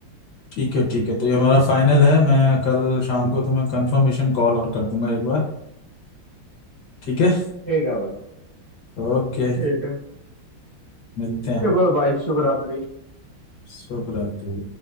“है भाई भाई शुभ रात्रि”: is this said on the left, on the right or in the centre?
Right